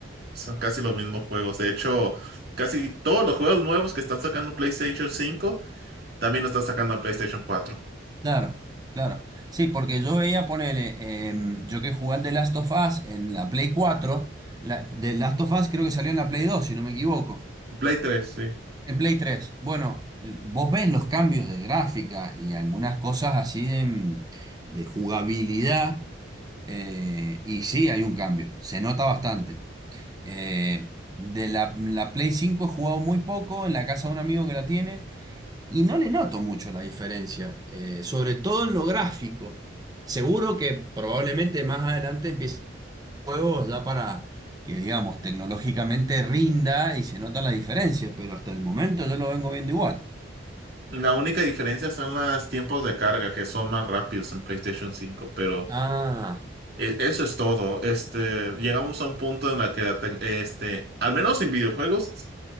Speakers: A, on the right (about 55°); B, on the right (about 20°).
A: son casi los mismos juegos. De hecho, casi todos los juegos nuevos que están sacando PlayStation cinco también lo están sacando en PlayStation cuatro
B: Claro, claro. Sí, porque yo veía, ponele, em, yo que jugué al The Last of Us en la Play cuatro la, The Last of Us creo que salió en la Play 2 si no me equivoco.
A: Play tres sí.
B: En Play 3, bueno, vos ves los cambios de gráfica y algunas cosas así de, mm, de jugabilidad, eh, y sí hay un cambio, se nota bastante. Eh, de la, la Play 5 he jugado muy poco en la casa de un amigo que la tiene y no le noto mucho la diferencia, eh, sobre todo en lo gráfico. Seguro que probablemente más adelante empiece juegos ya para que, digamos, tecnológicamente rinda y se nota la diferencia, pero hasta el momento yo lo vengo viendo igual.
A: La única diferencia son los tiempos de carga, que son más rápidos en PlayStation cinco pero...
B: Ah,
A: E- Eso es todo. Este, llegamos a un punto en el que la tec- este, al menos en videojuegos,